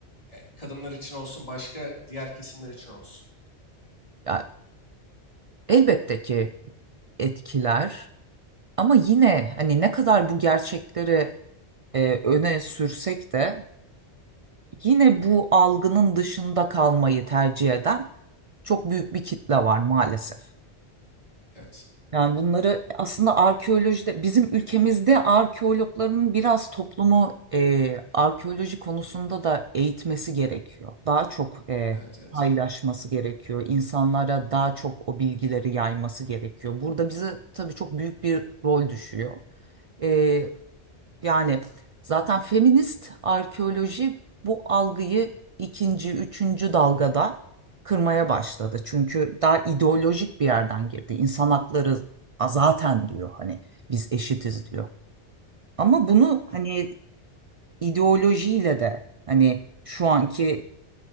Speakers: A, on the left (about 30°); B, on the right (about 55°).
A: ya kadınlar için olsun, başka diğer kesimler için olsun.
B: Ya, elbette ki etkiler ama yine hani ne kadar bu gerçekleri e, öne sürsek de yine bu algının dışında kalmayı tercih eden çok büyük bir kitle var maalesef.
A: Evet,
B: Yani bunları aslında arkeolojide bizim ülkemizde arkeologların biraz toplumu e, arkeoloji konusunda da eğitmesi gerekiyor. Daha çok e,
A: evet, evet.
B: paylaşması gerekiyor. İnsanlara daha çok o bilgileri yayması gerekiyor. Burada bize tabii çok büyük bir rol düşüyor. E,
A: Tabii,
B: yani zaten feminist arkeoloji bu algıyı ikinci, üçüncü dalgada kırmaya başladı. Çünkü daha ideolojik bir yerden girdi. İnsan hakları zaten diyor hani biz eşitiz diyor. Ama bunu
A: tabii.
B: hani ideolojiyle de hani şu anki